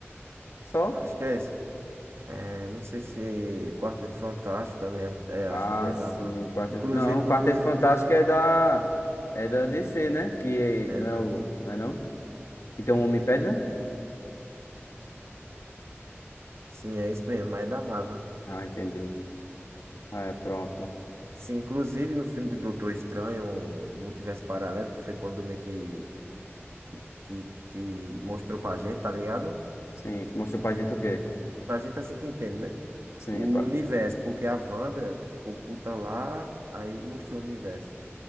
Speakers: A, on the left; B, on the right.
A: só?
B: Acho que é esse. É, não sei se Quarteto Fantástico também é. É,
A: Ah,
B: acho que é
A: sim,
B: da Marvel.
A: o Quarteto.
B: Inclusive,
A: Não, o Quarteto
B: inclusive.
A: Fantástico
B: in-
A: é da. É da DC, né? Que
B: É,
A: é- não
B: não.
A: é o. Não é não? E tem um Homem-Pedra?
B: Sim, é isso mesmo, mas é da Marvel.
A: Ah, entendi. Ah, É, pronto.
B: Sim, inclusive no filme do Doutor Estranho, um Multiverso Paralelo, que foi quando meio que, que, que, que mostrou pra gente, tá ligado?
A: Sim, que mostrou pra gente o quê?
B: Pra gente assim que entende, né?
A: Sim,
B: O
A: pra-
B: universo, porque a Wanda ficou puta lá, aí mostrou o universo.